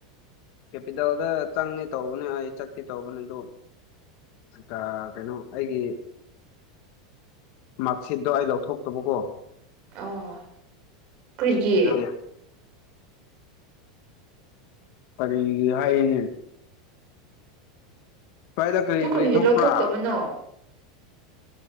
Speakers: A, on the left; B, on the right.
A: ꯀꯦꯄꯤꯇꯥꯜꯗ ꯆꯪꯉꯦ ꯇꯧꯕꯅꯦ ꯑꯩ ꯆꯠꯇꯤ ꯇꯧꯕꯅꯦ ꯑꯗꯨ ꯑ ꯀꯩꯅꯣ ꯑꯩꯒꯤ ꯃꯥꯔꯛꯁꯤꯠꯇꯣ ꯑꯩ ꯂꯧꯊꯣꯛꯇꯕꯀꯣ
B: ꯑꯣ ꯀ꯭ꯔꯤꯒꯤ
A: ꯑꯗꯨꯒꯤ ꯀꯔꯤꯒꯤ ꯍꯥꯏꯅꯦ ꯁꯏꯗ ꯀꯔꯤ
B: ꯑꯗꯨ ꯀꯔꯤꯒꯤ
A: ꯀꯔꯤ ꯊꯣꯛꯄ꯭ꯔꯥ
B: ꯂꯧꯊꯣꯛꯇꯕꯅꯣ